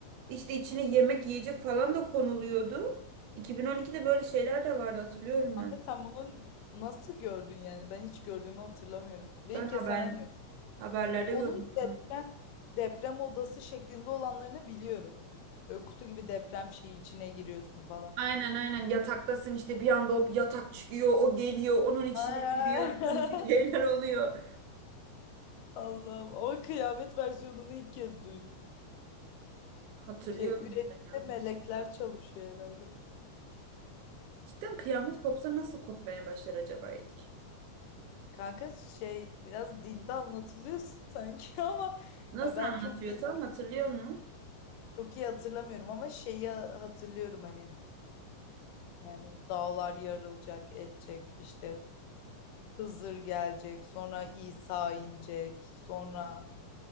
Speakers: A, on the right (about 80°); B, on the left (about 85°).
A: İşte içine yemek yiyecek falan da konuluyordu. 2012'de böyle şeyler de vardı hatırlıyorum
B: Kanka
A: ben.
B: sen bunun nasıl gördün yani? Ben hiç gördüğümü hatırlamıyorum. Ve
A: Ben
B: ilk kez
A: haber
B: senden duyuyorum.
A: haberlerde
B: Onun
A: görmüştüm.
B: deprem deprem odası şeklinde olanlarını biliyorum. Böyle kutu gibi deprem şeyi içine giriyorsun falan.
A: Aynen aynen yataktasın işte bir anda o yatak çıkıyor o geliyor onun içine
B: <laughs>
A: giriyorsun bir şeyler oluyor.
B: Allah'ım o kıyamet versiyonunu ilk kez duydum.
A: Hatırlıyorum
B: Şey üretimde
A: ben ya.
B: melekler çalışıyor herhalde.
A: Cidden kıyamet kopsa nasıl kopmaya başlar acaba ilk?
B: Kanka şey biraz dinde anlatılıyor sanki <laughs> ama
A: Nasıl
B: ya ben
A: anlatıyor
B: çok bir
A: tam hatırlıyor musun?
B: çok iyi hatırlamıyorum ama şeyi hatırlıyorum hani. Yani dağlar yarılacak, edecek, işte Hızır gelecek, sonra İsa inecek, sonra